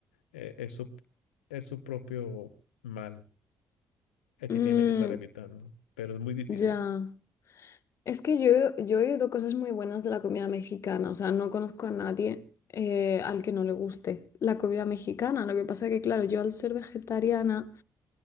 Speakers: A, on the left; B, on the left.
A: eh, es su, es su propio mal el
B: Mm,
A: que tiene que estar evitando, pero es muy difícil.
B: ya. Es que yo, yo he oído cosas muy buenas de la comida mexicana, o sea, no conozco a nadie eh, al que no le guste la comida mexicana. Lo que pasa que, claro, yo al ser vegetariana...